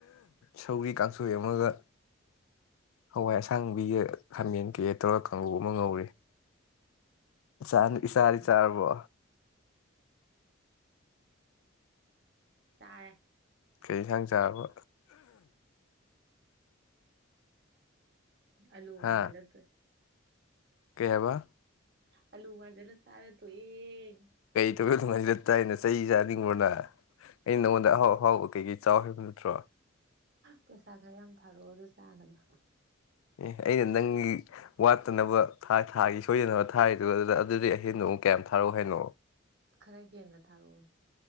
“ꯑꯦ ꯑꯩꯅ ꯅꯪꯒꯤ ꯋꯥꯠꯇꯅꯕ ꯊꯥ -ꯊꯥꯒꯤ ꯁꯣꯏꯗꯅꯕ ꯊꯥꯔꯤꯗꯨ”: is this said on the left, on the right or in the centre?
Left